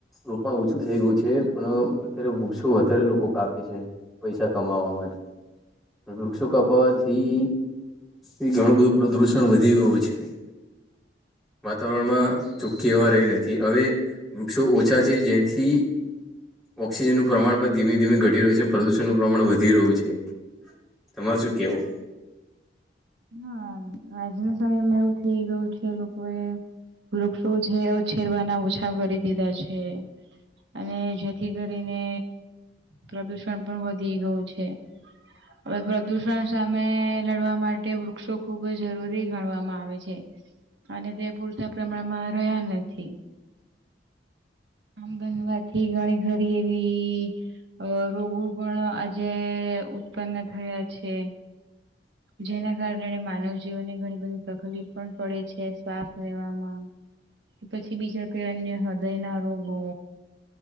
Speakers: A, in the centre; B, on the right.
A: રોપણ ઓછું થઈ ગયું છે પણ અત્યારે વૃક્ષો વધારે લોકો કાપે છે. પૈસા કમાવા માટે વૃક્ષો કપાવાથી એ ઘણું બધું પ્રદૂષણ વધી ગયું છે. વાતાવરણ માં ચોખ્ખી એવા રહી નથી. થી હવે વૃક્ષો ઓછા છે જેથી ઓક્સિજનનું પ્રમાણ પણ ધીમે ધીમે ઘટી રહ્યું છે અને પ્રદુષણનું પ્રમાણ વધી રહ્યું છે. તમાર શું કેવું?
B: હા આજના સમયમાં એવું થઈ ગયું છે લોકો એ શું છે છેેરવાના ઓછા કરી દીધા છે. અને જેથી કરીને પ્રદુષણ પણ વધી ગયું છે. હવે પ્રદુષણ સામે લડવા માટે વૃક્ષો ખુબ જરૂરી ગણવામાં આવે આવે છે અને તે પૂરતા પ્રમાણમાં રહ્યા નથી. આમ બનવાથી ઘણી ઘરી એવી અ રોગો પણ આજે ઉત્પન્ન થયા છે. જેના કારણે માનવ જીવનને ઘણી બધી તકલીફ પણ પડે છે શ્વાસ લેવામાં કે પછી બીજા કઈ અન્ય હૃદય ના રોગો